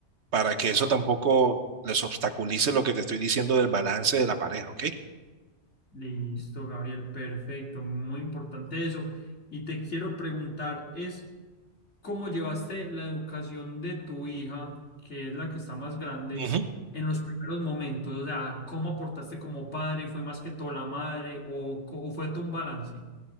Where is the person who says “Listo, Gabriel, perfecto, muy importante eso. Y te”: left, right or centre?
Left